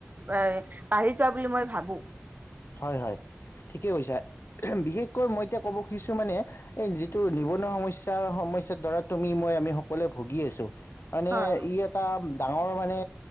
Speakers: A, on the right; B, on the left.
A: এ বাঢ়ি যোৱা বুলি মই ভাবো। গু
B: হয় -হয়। ঠিকে কৈছা বিশেষকৈ মই এতিয়া ক'ব খুজিছো মানে এই যিটো নিবনুৱা সমস্যাৰ সম ধৰা তুমি মই আমি সকলোৱে ভুগি আছো মানে
A: হয়
B: ই এটা ডা ডাঙৰ মানে